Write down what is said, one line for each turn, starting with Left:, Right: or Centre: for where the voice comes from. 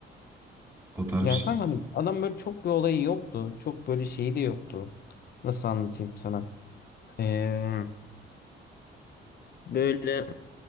Right: O tarz
Left: Ya
Right: bir şey.
Left: kanka hani adam böyle çok bir olayı yoktu. Çok böyle şeyi de yoktu. Nasıl anlatayım sana? Ee, böyle